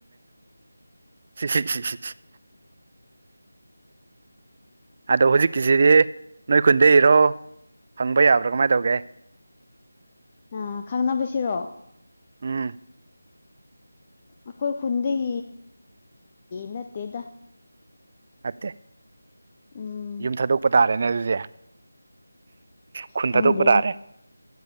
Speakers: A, on the right; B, on the left.
A: ꯍꯤꯛ ꯍꯤꯛ <unintelligible> ꯑꯗꯣ ꯍꯧꯖꯤꯛꯀꯤꯁꯤꯗꯤ ꯅꯣꯏ ꯈꯨꯟꯗꯩꯔꯣ ꯍꯪꯕ ꯌꯥꯕ꯭ꯔꯥ ꯀꯃꯥꯏꯅ ꯇꯧꯒꯦ
B: ꯑ ꯈꯪꯅꯕꯁꯤꯔꯣ
A: ꯎꯝ
B: ꯑꯩꯈꯣꯏ ꯈꯨꯟꯗꯒꯤ ꯅꯠꯇꯦꯗ
A: ꯅꯠꯇꯦ
B: ꯎꯝ
A: ꯌꯨꯝ ꯊꯥꯗꯣꯛꯄ ꯇꯥꯔꯦꯅꯦ ꯑꯗꯨꯗꯤ ꯈꯨꯟ
B: ꯈꯪꯗꯦ
A: ꯊꯥꯗꯣꯛꯄ ꯇꯥꯔꯦ